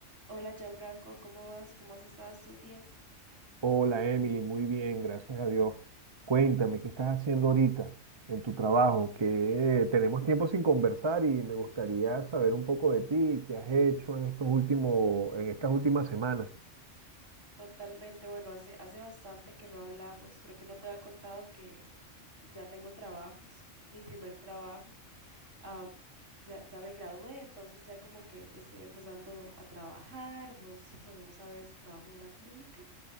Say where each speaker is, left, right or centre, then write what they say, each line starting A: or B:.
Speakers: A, on the right (about 75°); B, on the right (about 25°).
A: Hola Gianfranco, ¿cómo vas? ¿Cómo has estado estos días?
B: Hola Emily, muy bien, gracias a Dios. Cuéntame, ¿qué estás haciendo ahorita en tu trabajo? Que tenemos tiempo sin conversar y me gustaría saber un poco de ti, qué has hecho en estos últimos, en estas últimas semanas.
A: Totalmente, bueno, hace, hace bastante que no hablamos. Creo que no te había contado que ya tengo trabajo, es mi primer trabajo. Am, ya, ya me gradué, entonces ya como que estoy empezando a trabajar. Vos, bueno, vos sabes, trabajo en una clínica.